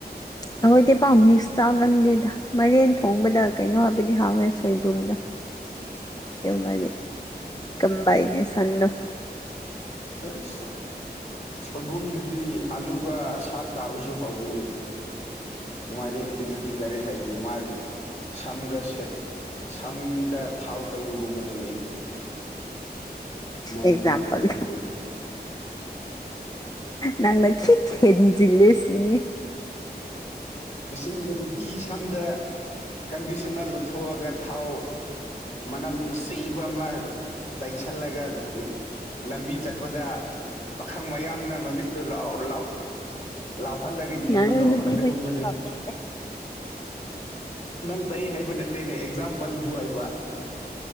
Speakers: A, on the left; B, on the left.
A: ꯑꯩꯈꯣꯏꯗꯤ ꯄꯥꯝꯃꯤ ꯆꯥꯡ ꯉꯟꯗꯦꯗ ꯃꯔꯦꯟ ꯊꯣꯡꯕꯗ ꯀꯩꯅꯣ ꯍꯥꯏꯕꯗꯤ ꯍꯥꯎꯋꯦ ꯁꯣꯏꯕꯨꯝꯗꯣ ꯃꯥ ꯀꯕꯥꯏꯅꯦꯁꯟꯗꯣ
B: ꯆ ꯁꯣꯏꯕꯨꯝꯗꯨꯗꯤ ꯑꯂꯨꯒ ꯁꯥꯛ ꯆꯥꯕꯁꯨ ꯍꯧꯋꯤ ꯃꯦꯟꯒꯤꯗꯨꯗꯤ ꯀꯔꯤ ꯍꯥꯏꯒꯅꯣ ꯃꯥꯒꯤ ꯁꯝꯒ ꯁꯦꯠ ꯁꯝꯗ ꯊꯥꯎ ꯇꯩꯕꯒꯨꯝꯕꯅꯤꯅꯤ ꯃꯥꯏꯔꯦꯟꯒ
A: ꯑꯦꯛꯖꯝꯄꯜ
B: ꯁꯣꯏꯕꯨꯝꯗꯤ
A: ꯅꯪꯅ ꯈꯤ ꯍꯦꯟꯖꯤꯜꯂꯦ ꯁꯤꯅꯤ
B: ꯏꯁꯤꯡꯅ ꯅꯨꯄꯤꯒꯤ ꯁꯝꯗ ꯀꯟꯗꯤꯁꯟꯅ ꯂꯨꯊꯣꯛꯑꯒ ꯊꯥꯎ ꯃꯅꯝ ꯅꯨꯡꯁꯤꯕ ꯑꯃ ꯇꯩꯁꯜꯂꯒ ꯂꯝꯕꯤ ꯆꯠꯄꯗ ꯃꯈꯪ ꯃꯌꯥꯝꯅ ꯃꯃꯤꯠꯇꯨ ꯂꯥꯎꯍꯜꯂꯒ
A: ꯌꯥꯔꯣꯏ
B: ꯃꯗꯣ
A: ꯅꯨꯄꯤꯈꯣꯏꯗꯤ
B: ꯑꯗꯨꯗꯤ ꯀꯨꯝꯕꯅꯤ
A: ꯊꯥꯎ ꯇꯩꯗꯦ
B: ꯅꯪ ꯇ ꯍꯥꯏꯕ ꯅꯠꯇꯦꯅꯦ ꯑꯦꯛꯖꯥꯝꯄꯜꯕꯨ ꯍꯥꯏꯩꯕ